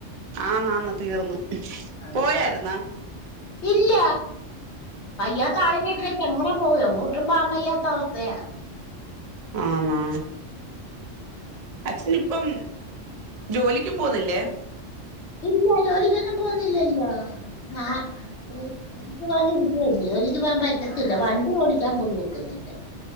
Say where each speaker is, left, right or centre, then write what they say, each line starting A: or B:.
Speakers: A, on the right (about 65°); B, on the left (about 65°).
A: ആന്നാന്ന് തീർന്ന്
B: ആ
A: പോയായിരുന്നാ
B: ഇല്ല വയ്യാത്ത ആളേം കേട്ട് എങ്ങനെ പോ എങ്ങോട്ടും പാമയ്യാത്ത അവസ്ഥയാ
A: ആണോ അച്ഛന് ഇപ്പം ജോലിക്കും പോവുന്നില്ലേ
B: ഇല്ല ജോലിക്കൊന്നും പോവുന്നില്ലല്ലോ ആഹ് എ ജോലിക്ക് പോകാൻ പറ്റത്തില്ല വണ്ടി ഓടിക്കാൻ പോലും ഒക്കുന്നില്ല